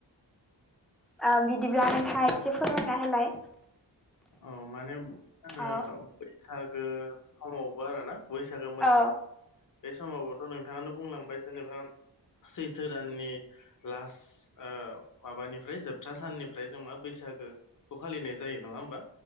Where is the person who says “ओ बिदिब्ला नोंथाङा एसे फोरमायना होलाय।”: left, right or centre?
Centre